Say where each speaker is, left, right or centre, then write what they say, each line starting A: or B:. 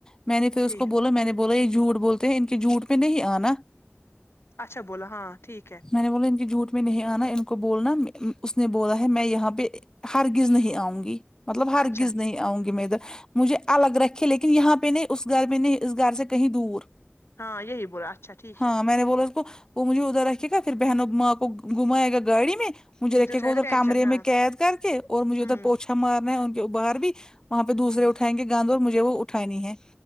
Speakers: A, on the left; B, on the left.
A: میں نے پھر
B: ٹھیک
A: اس کو بولا میں نے بولا یہ جھوٹ بولتے ہیں ان کے جھوٹ پہ نہیں آنا
B: اچھا بولا ہاں ٹھیک ہے
A: میں نے بولا ان کے جھوٹ میں نہیں آنا ان کو بولنا اس نے بولا ہے میں یہاں پہ ہرگز نہیں آؤں گی مطلب ہرگز
B: اچھا
A: نہیں آؤں گی میں ادھر مجھے الگ رکھے لیکن یہاں پہ نہیں اس گھر پہ نہیں اس گھر سے کہیں دور
B: ہاں یہی بولا اچھا ٹھیک
A: ہاں
B: ہے
A: میں نے بولا اس کو وہ مجھے ادھر رکھے گا پھر بہنوں ماں کو گھمائے گا گاڑی میں مجھے رکھے
B: اٹھائے
A: گا ادھر
B: ٹینشن
A: کمرے
B: ہاں
A: میں قید کر کے اور مجھے
B: ہوں
A: ادھر پوچھا مارنا ہے ان کے باہر بھی وہاں پہ دوسرے
B: ہوں
A: اٹھائ گند اور مجھے وہ اٹھانی ہے